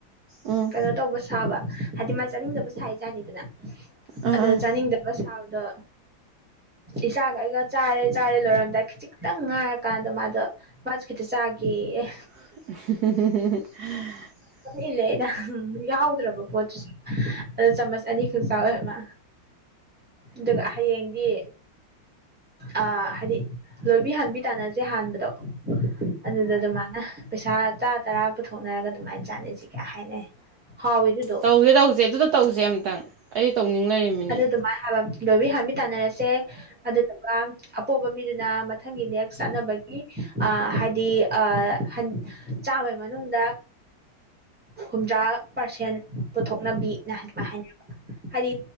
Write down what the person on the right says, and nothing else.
ꯎꯝ
ꯑꯥ
ꯑꯥ
ꯑꯍ ꯍ ꯍ ꯍ ꯍ
ꯇꯧꯖꯦ ꯇꯧꯖꯦ ꯑꯗꯨꯗ ꯇꯧꯖꯦ ꯑꯝꯇꯪ ꯑꯩ ꯇꯧꯅꯤꯡ ꯂꯩꯔꯝꯃꯤꯅꯤ